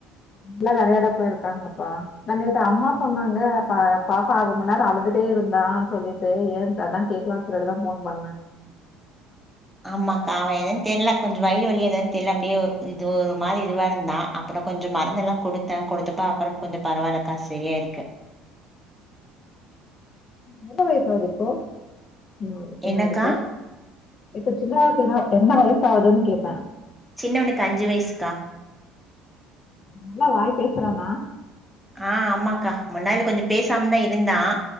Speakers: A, on the left; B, in the centre.
A: நல்ல விளையாட போயிருக்காங்கபா நா நேத்து அம்மா சொன்னாங்க பா பாப்பா ஆரு மண் நேரம் அழுதுட்டே இருந்தான் சொல்லிட்டு ஏன் அதான் கேக்கலாம்னு சொல்லிட்டுதா போன் பண்ணே
B: ஆமாக்கா அவ ஏதது தெரில கொஞ்ச வயிறு வலி எதாது தெரில அப்படியே இது ஒரு மாரி இதுவா இருந்தா அப்புற கொஞ்ச மருந்தெல்லா குடுத்த குடுத்தப்ப அப்புற கொஞ்ச பரவால்லக்கா செரியா இருக்கு
A: என்ன வயசாவது இப்போ <unintelligible> சின்னவருக்கு
B: என்னக்கா
A: இப்ப சின்னாவுக்கு என்ன என்ன வயசு ஆகுதுன் கேட்ட
B: சின்னவனுக்கு அஞ்சு வயசுக்கா
A: நல்லா வாய்ப்பே கிறானா
B: ஆ ஆமாக்கா முன்னாடில கொஞ்ச பேசாம தா இருந்தா